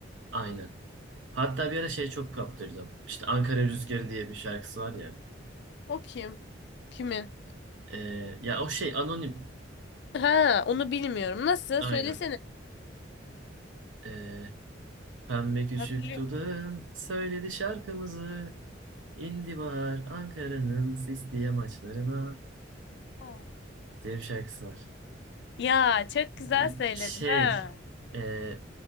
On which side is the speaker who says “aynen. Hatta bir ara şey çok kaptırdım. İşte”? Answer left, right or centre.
Right